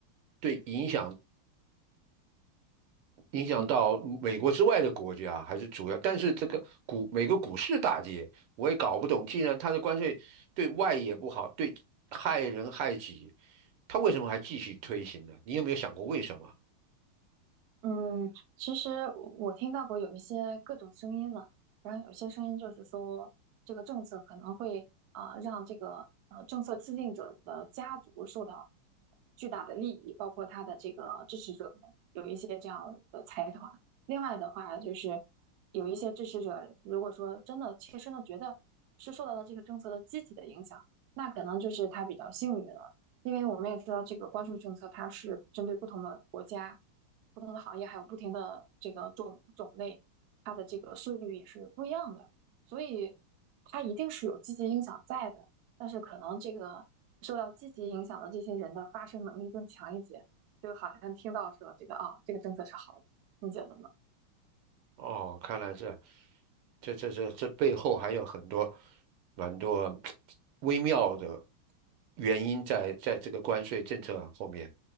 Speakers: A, on the right (about 80°); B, on the right (about 65°).
A: 对影响影响到美国之外的国家还是主要，
B: 对。
A: 但是这个股美国股市大跌，我也搞不懂，既然它的关税对外也不好，对害人害己，它为什么还继续推行呢？你有没有想过为什么？
B: 嗯，其实我听到过有一些各种声音了，然后有一些声音就是说，这个政策可能会啊、让这个呃政策制定者的家族受到巨大的利益，包括他的这个支持者们有一些这样的财团。另外的话，就是有一些支持者，如果说真的切身的觉得是受到了这个政策的积极的影响，那可能就是他比较幸运了，因为我们也知道这个关税政策它是针对不同的国家。不同的行业还有不停的这个种种类，它的这个税率也是不一样的，所以它一定是有积极影响在的，但是可能这个受到积极影响的这些人的发声能力更强一些，就好像听到说这个啊，这个政策是好的，你觉得呢？
A: 哦，看来这这这这这背后还有很多蛮多微妙的原因在在这个关税政策后面。